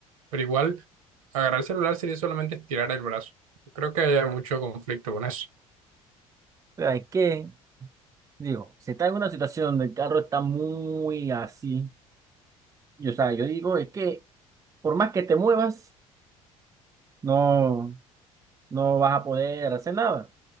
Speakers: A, on the right; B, on the right.
A: Pero igual, agarrar el celular sería solamente estirar el brazo. Creo que hay mucho conflicto con eso.
B: O sea, es que, digo, si está en una situación donde el carro está muy así, y, o sea, yo digo, es que por más que te muevas, no, no vas a poder hacer nada.